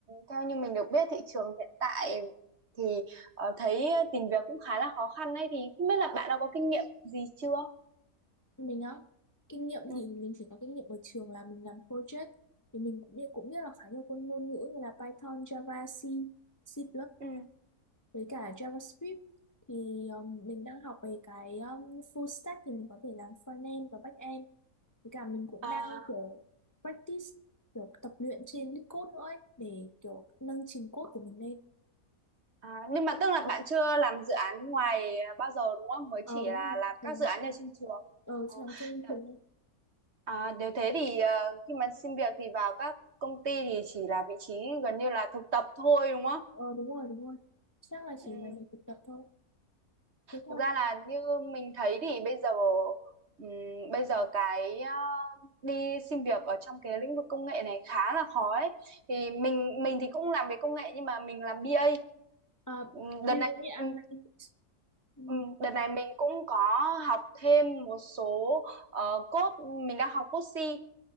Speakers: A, on the right; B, on the left.
A: theo như mình được biết thị trường hiện tại thì ờ, thấy tìm việc cũng khá là khó khăn đấy thì không biết là bạn đã có kinh nghiệm gì chưa?
B: mình á kinh nghiệm
A: Ừ.
B: thì mình chỉ có kinh nghiệm ở trường là mình làm project thì mình cũng biết cũng biết là khá nhiều con ngôn ngữ như là Python, Java, C, C++
A: Ừ.
B: với cả JavaScript thì um, mình đang học về cái um, full stack thì mình có thể làm front end và back end với cả mình cũng
A: À,
B: đang kiểu practice kiểu tập luyện trên LeetCode nữa ấy, để kiểu nâng trình code của mình lên
A: À, nhưng mà tức là bạn chưa làm dự án ngoài bao giờ đúng không? Mới
B: ờ
A: chỉ
B: đúng
A: là
B: rồi
A: làm
B: thì
A: các
B: là
A: dự án ở trên trường.
B: ờ
A: Ờ,
B: chị làm trong
A: đ-
B: trường đấy
A: À, nếu thế thì ờ, khi mà xin việc thì vào các công ty thì chỉ là vị trí gần như là thực tập thôi đúng không?
B: ờ đúng rồi đúng rồi chắc là chỉ
A: Ừ.
B: là mình thực tập thôi thế thôi
A: Thực ra là như mình thấy thì bây giờ ừm, bây giờ cái ờ, đi xin việc ở trong cái lĩnh vực công nghệ này khá là khó ấy. Thì mình mình thì cũng làm về công nghệ nhưng mà mình làm BA.
B: à
A: Ừm,
B: như
A: Đợt này
B: thế như
A: ừ,
B: ăn ăn- ừ.
A: Ừ, đợt này mình cũng có học thêm một số ờ, code mình đang học code C